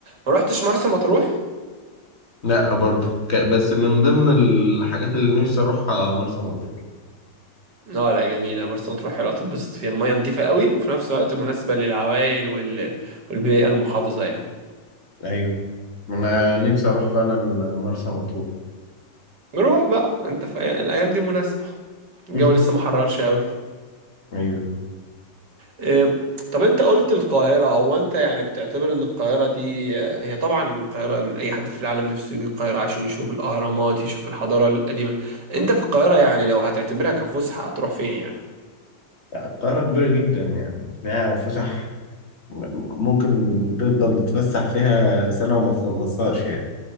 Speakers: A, on the right; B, on the left.
A: ما روحتش مرسى مطروح
B: لا برضو ك- بس من ضمن الحاجات اللي نفسي أروحها مرسى مطروح
A: اه لا جميلة مرسى مطروح حلوة تتبسط فيها المية نظيفة قوي وفي نفس الوقت مناسبة للعوائل وال... والبيئة المحافظة يعني
B: أيوة أنا نفسي أروح فعلا مرسى مطروح
A: نروح بقى انت في أي- الايام دي مناسبة الجو
B: <laughs>
A: لسه محررش قوي
B: أيوة
A: إيه، طب انت قلت القاهرة هو انت يعني بتعتبر ان القاهرة دي آه، هي طبعا القاهرة إن اي حد في العالم نفسه يجي القاهرة عشان يشوف الاهرامات يشوف الحضارة القديمة انت في القاهرة يعني لو هتعتبرها كفسحة هتروح فين يعني
B: لا، القاهرة كبيرة جدا يعني فيها فسح م- ممكن تفضل تتفسح فيها سنة وما تخلصهاش يعني